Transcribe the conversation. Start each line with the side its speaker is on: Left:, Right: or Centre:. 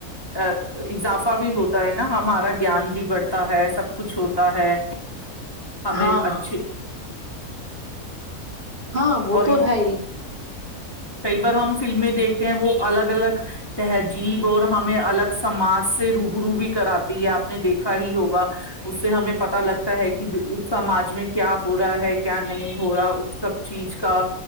Left: اضافہ بھی ہوتا ہے نا ہمارا گیان بھی بڑھتا ہے سب کچھ ہوتا ہے ہمیں
Right: ہاں ہاں
Left: اچھی
Right: ہاں وہ
Left: اور
Right: تو ہے ہی
Left: کئی بار ہم فلمیں دیکھتے ہیں وہ الگ الگ تہذیب اور ہمیں الگ سماج سے روب رو بھی کراتی ہے آپ دیکھا ہی ہوگا اس سے ہمیں پت لگتا ہے کہ سماج میں کیا ہو رہا ہے کیا نہیں ہو رہا اس سب چیز کا